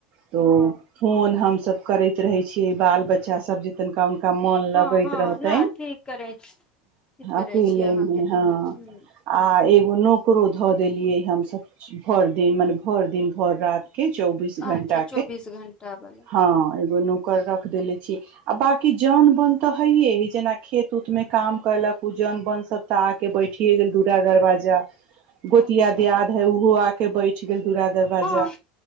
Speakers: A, on the right; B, on the left.
A: तो
B: ओ
A: फोन हम सब करैत रहै छियै बाल बच्चाभ जे तनिका त मन
B: हँ
A: लगैत
B: हँ
A: रहतनि
B: नहि ठीक करै छी, ठीक करै
A: अकेले
B: छी अहाँके
A: मे हँ।
B: ह
A: आ ई ए नोकरो धऽ देलियै हमसभ भरि दिन मने भरि दिन भरि राति। चौबीस
B: अच्छा
A: घटा
B: चौबीस घंटा वाला
A: ह एगो नो- कर रख देले छी आ बाककी जौन बोन तऽ हैय ह जेना खेत उत मे काम कलक उ जौन बोन सब तऽ आके बैठ उठिे गेल दूरा दरवाजा गोतिया
B: अच्छा
A: दियाद है ओहो आके बैच गेल। पुरा दरवाजा
B: हँ